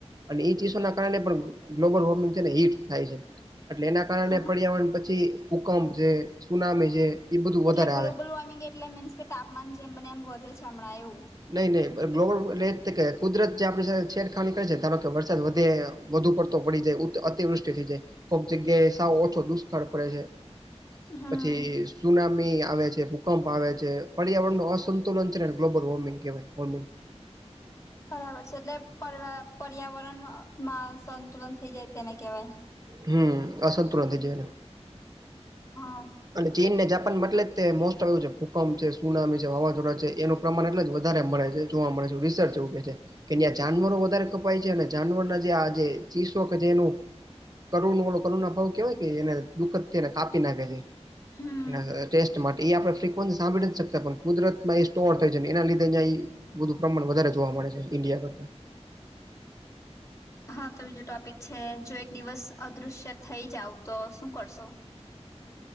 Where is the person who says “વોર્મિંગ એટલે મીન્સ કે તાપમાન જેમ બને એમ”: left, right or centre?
Left